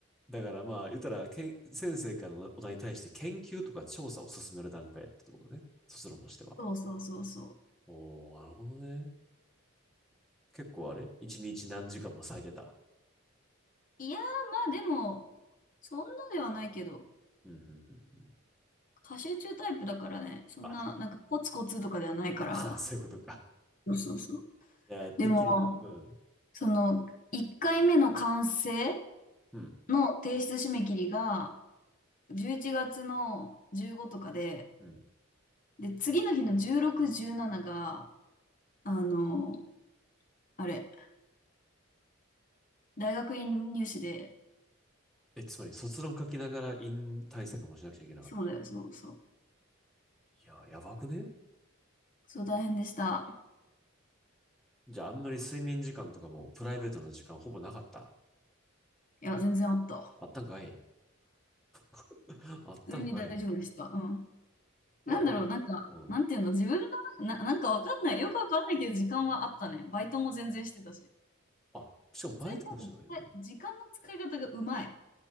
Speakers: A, in the centre; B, on the left.
A: だからまあ、言ったら、けん先生からのお題に対して研究とか調査を進める段階やってことね。卒論としては。
B: そうそうそうそう。
A: おー、なるほどね。結構あれ一日何時間も咲いてた。
B: いやー、まあでも、そんなではないけど、
A: うん、うん、うんうん。
B: 過集中タイプだからね、そんな、
A: あ、
B: なんかコツコツとかではないから。
A: <laughs> そういうことか。
B: そうそうそう。
A: いや、てっきり、
B: でも、
A: うん、
B: その、1回目の完成
A: うん、
B: の提出締め切りが11月の15とかで、
A: うん。
B: で、次の日の16、17が、あの、あれ、大学院入試で、
A: え、つまり卒論書きながら院対策もしなくちゃいけなかった。
B: そうだよ、そうそう。
A: いや、やばくね
B: そう大変でした。
A: じゃああんまり睡眠時間とかもプライベートの時間ほぼなかった
B: いや、全然あった。
A: あったんかい <laughs> あったんかいい
B: 普通に大丈夫でした。うん。
A: や、
B: なんだろう、
A: 俺も、
B: なんか、
A: うん。
B: なんていうの、自分の、な、なんかわかんない。よくわかんないけど、時間はあったね。バイトも全然してたし。
A: あ、しかもバイトもしてないよね。
B: 普通に多分、時間の使い方がうまい。